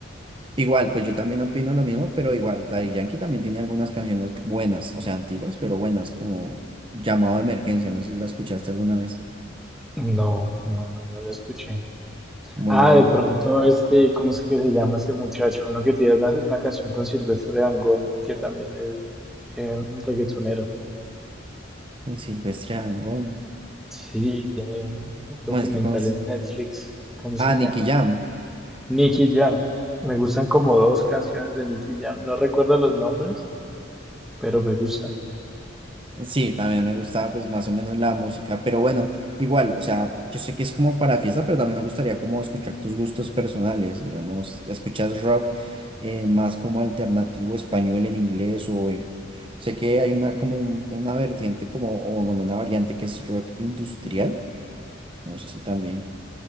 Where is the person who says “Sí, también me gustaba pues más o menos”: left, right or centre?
Right